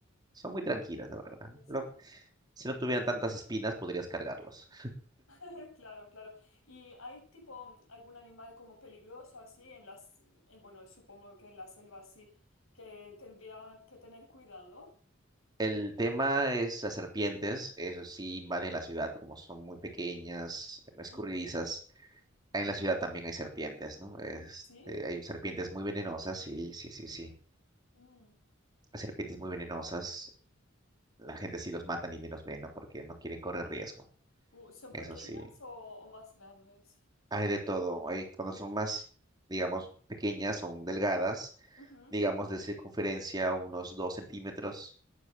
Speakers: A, on the right; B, on the left.
A: son muy tranquilos, de verdad.
B: interesante.
A: ¿no? Lo- Si no tuvieran tantas espinas, podrías cargarlos.
B: <laughs> Claro, claro. ¿Y hay tipo algún animal como peligroso así en las, eh, bueno, supongo que en la selva sí, que tendría que tener cuidado?
A: El tema es las serpientes, eso sí invaden la ciudad, como son muy pequeñas, escurridizas.
B: Ujú.
A: En la ciudad también hay serpientes, ¿no? Este,
B: ¿Sí?
A: hay serpientes muy venenosas, sí, sí, sí, sí.
B: Mm.
A: Hay serpientes muy venenosas. La gente sí los mata ni bien los ve, ¿no? Porque no quieren correr riesgo.
B: Uh, ¿Son
A: Eso
B: pequeñas
A: sí.
B: o, o más grandes?
A: Hay de todo. Hay, cuando son más, digamos, pequeñas, son delgadas,
B: Ujú,
A: digamos, de circunferencia unos dos centímetros